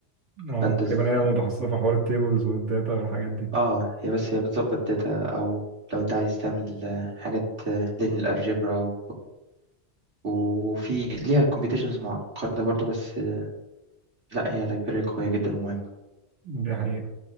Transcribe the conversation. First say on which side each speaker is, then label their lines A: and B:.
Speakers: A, on the right; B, on the right.
A: فبندز
B: اه تقريبا هي متخصصه في حوار التيبلز والداتا والحاجات دي
A: اه هي بس هي بتظبط داتا أو لو أنت عايز تعمل آه، حاجات لين الألجبرا و... وفي ليها كومبيتيشنز معقدة برضو بس آه، لا هي لايبراري قوية جدا ومهمة
B: دي حقيقه